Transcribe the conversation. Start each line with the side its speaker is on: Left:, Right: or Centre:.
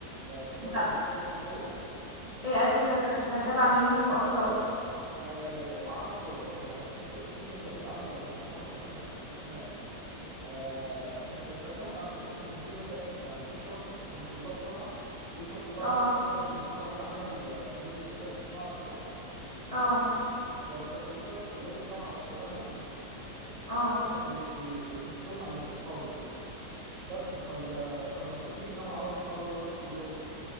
Right: مسلسل
Left: لا
Right: مختلف شوية
Left: ايه أتينا ده كان تبع مين من أبطاله
Right: آه ما أعرفش والله يعني ممكن تخش تسأليش عنه لأن مش حافظ أسماء أسماء يعني آه بس كان بيحكي عن قصة إن في ذكاء است- يعني في شخص كانوا طلاب جامعة في شخص بقى
Left: اه
Right: كان بيتخرج من الجامعة دي عمل آه، موديل ذكاء اصطناعي كده
Left: اه
Right: فكان بيستهدف طلاب الجامعة والكلام ده
Left: اه
Right: كان بي بي بيحسهم على الانتحار وكده بس فال... فمسؤولين الجامعة بقى بيحاولوا بقى يشوفوا اللغز